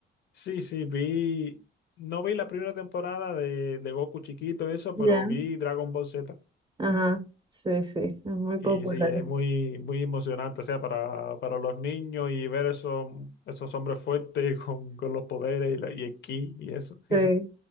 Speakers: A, on the left; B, on the right.
A: Sí, sí, vi. No vi la primera temporada de, de Goku chiquito, eso,
B: Ya.
A: pero vi Dragon Ball Z.
B: Ajá, sí, sí, es muy
A: Y
B: popular.
A: sí, es muy, muy emocionante, o sea, para, para los niños y ver esos, esos hombres fuertes <laughs> con, con los poderes y, la, y el ki y eso. <laughs>
B: Sí,